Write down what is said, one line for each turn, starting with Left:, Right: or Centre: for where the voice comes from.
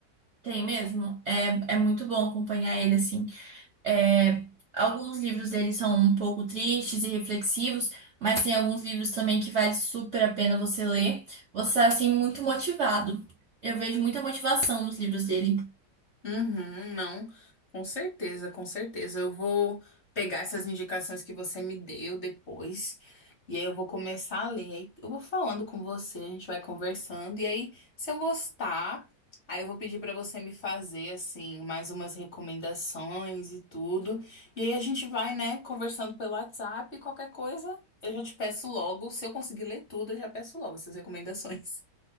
Right: Tem mesmo. É, é muito bom acompanhar ele assim. É, alguns livros dele são um pouco tristes e reflexivos, mas tem alguns livros também que vale super a pena você ler. Você está assim muito motivado. Eu vejo muita motivação nos livros dele.
Left: Uhum, não, com certeza, com certeza. Eu vou pegar essas indicações que você me deu depois, e aí eu vou começar a ler. Aí eu vou falando com você, a gente vai conversando, e aí, se eu gostar, aí eu vou pedir para você me fazer, assim, mais umas recomendações e tudo. E aí a gente vai, né, conversando pelo WhatsApp, qualquer coisa, eu já te peço logo. Se eu conseguir ler tudo, eu já peço logo essas recomendações.